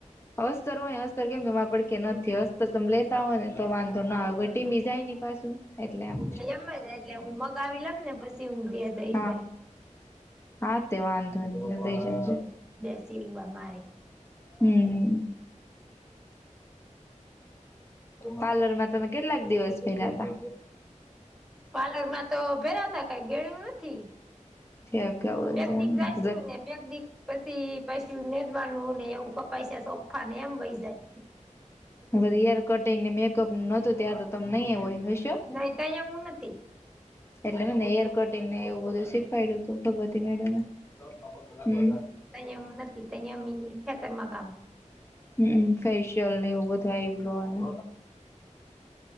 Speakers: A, on the left; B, in the centre.
A: અસ્તર હોય અસ્તર કેમ કેમાં પડખે નથી અસ્તર તમે લેતા હોય ને તો વાંધો ના આવે ટીમી જાય ને પાછું એટલે એમ
B: જ એટલે હું મગાવી લમ ને પછી હું બે દઈશ
A: હા
B: જાય.
A: હા તે વાંધોની તે દઈ જાય છે
B: બે સીવવા મારે
A: હમ પાર્લરમાં તમે કેટલાક દિવસ કયરા તા
B: પાર્લર માં તો ભેરા તા કઈ ગેળું નથી
A: થયા કેવું
B: બેગ દી ગાયશું ને બેગ દિ પછી પછીને જ માનવું ને એવું પૈસા સોફાને એમ વહી જાય
A: બધી હેર કટિંગ ને મેકઅપ નું નોતું ત્યારે તો તમ નહી હોય જ
B: નહી તઈ એવુ નથી
A: એટલેને હેર કટિંગ ને એવું બધું શીખવાડ્યું હતું ભગવતી મેડમેં હમ
B: તયા હું નથી તયા મ ખેતર માં કામ
A: હમ ફેશિયલ ને એવું બધું આઈબ્રો અને